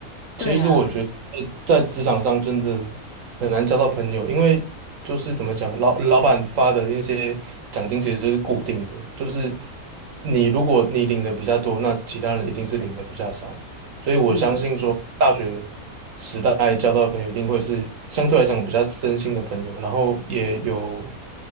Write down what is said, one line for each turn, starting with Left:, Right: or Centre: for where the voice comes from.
Left: 对啊，
Right: 其实我觉得在职场上真的很难交到朋友，因为就是怎么讲，老老板发的那些奖金其实就是固定的，就是你如果你领的比较多，那其他人一定是领的比较少。所以我相信说，
Left: 嗯。
Right: 大学时代交到的朋友一定会是相对来讲比较真心的朋友，然后也有